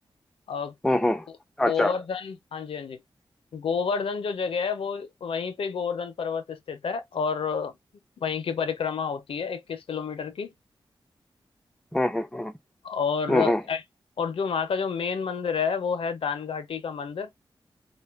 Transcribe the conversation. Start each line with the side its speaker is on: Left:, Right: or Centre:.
Left: अ,
Centre: हम्म हम्म,
Left: गो- गोवर्धन
Centre: अच्छा
Left: हाँ जी हाँ जी गोवर्धन जो जगह है वो वहीं पे गोवर्धन पर्वत स्थित है और वहीं की परिक्रमा होती है इक्कीस किलोमीटर की
Centre: हम्म हम्म हम्म
Left: और
Centre: हम्म
Left: एक-
Centre: हम्म
Left: और जो वहाँ का जो मेन मंदिर है वो है दान घाटी का मंदिर